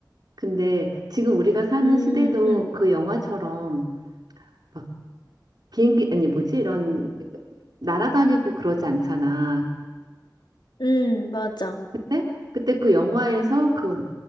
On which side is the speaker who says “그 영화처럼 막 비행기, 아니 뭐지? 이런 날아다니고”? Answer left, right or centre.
Right